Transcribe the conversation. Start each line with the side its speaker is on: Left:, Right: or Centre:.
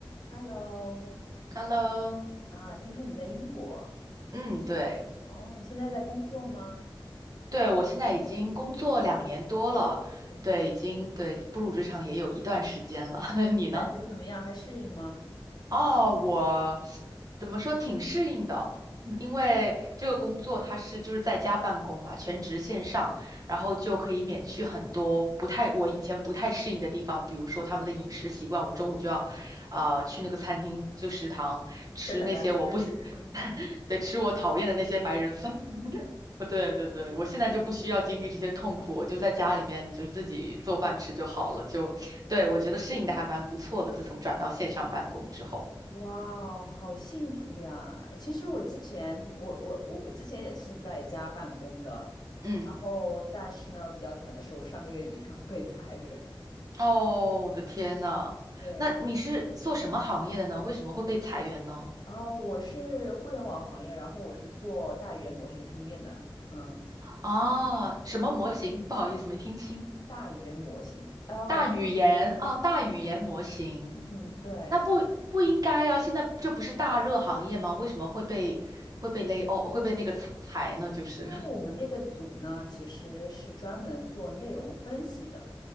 Left: Hello，
Right: Hello，
Left: 啊，听说你在英国，
Right: 嗯，对，
Left: 哦，现在在工作吗？
Right: 对，我现在已经工作两年多了，
Left: 哇，
Right: 对，已经对步入职场也有一段时间了。<laughs> 你呢？
Left: 感觉怎么样？还适应吗？
Right: 哦，我怎么说挺适应的，<clears throat> 因为这个工作它是就是在家办公嘛，全职线上，然后就可以免去很多不太我以前不太适应的地方，比如说他们的饮食习惯，我中午就要啊去那个餐厅就食堂吃那些我不喜
Left: <laughs> 这很难适应。
Right: <laughs> 对吃我讨厌的那些白人饭。呃对对对，我现在就不需要经历这些痛苦，我就在家里面就自己做饭吃就好了。就，对，我觉得适应的还蛮不错的，自从转到线上办公之后。
Left: <laughs> 哇哦，好幸福呀！其实我之前，我我我我之前也是在家办公的，
Right: 嗯，
Left: 然后但是呢，比较惨的是我上个月底刚被裁员。
Right: 哦，我的天呐，
Left: 对，<laughs>
Right: 那你是做什么行业的呢？
Left: 对
Right: 为什么会被裁员呢？
Left: 啊，我是互联网行业，然后我是做大语言模型训练的，嗯，
Right: 啊，什么模型？不好意思，没听清。
Left: 大语言模型 LL，
Right: 大语言啊，大语言模型，
Left: 嗯，对。
Right: 那不不应该啊，现在这不是大热行业吗？为什么会被会被勒？哦，会被那个裁裁呢？就是
Left: 因为我们那个组呢，其实是专门做内容分析的。